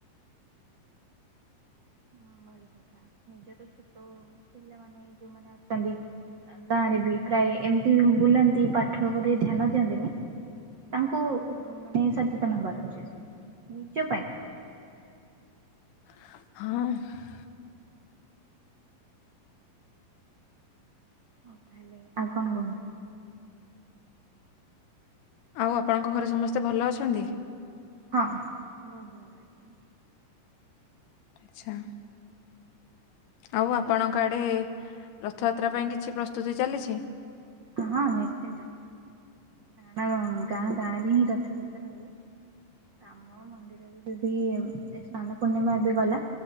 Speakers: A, on the right; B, on the left.
A: ହଁ ଭଲ କଥା ନିଜ ତ ଛୋଟ ପିଲାମାନେ ଯୋଉମାନେ ଅଛନ୍ତି। ଗାଁରେ ବି ପ୍ରାୟେ ଏମିତି ବୁଲନ୍ତି ପାଠ ଉପରେ ଧ୍ୟାନ ଦିଅନ୍ତିନି। ତାଙ୍କୁ ମାନେ ସଚେତନ ହବାର ଅଛି ନିଜ ପାଇଁ ପଢ।
B: ହାଁଆଁଉଁ। <unintelligible>
A: ହୋଉ ତାହେଲେ ଆଉ କଣ କୁହନ୍ତୁ।
B: ଆଉ ଆପଣଙ୍କ ଘରେ ସମସ୍ତେ ଭଲ ଅଛନ୍ତି?
A: ହଁ ହଁ ବୋହୁତ ଭଲ ହେଇଚି ତମ <unintelligible>
B: ଆଚ୍ଛା। ଆଉ ଆପଣଙ୍କ ଆଡେ ରଥଯାତ୍ରା ପାଇଁ କିଛି ପ୍ରସ୍ତୁତି ଚାଲିଚି?
A: ହଁ ନିଶ୍ଚିତ ହଁ ଗାଁ ଗାଁରେ ହିଁ ରଥଯାତ୍ରା ହୁଏ। ଆମ ମନ୍ଦିରରେ ଯଦି ଏ ସ୍ନାନ ପୂର୍ଣ୍ଣିମା ଏବେ ଗଲା।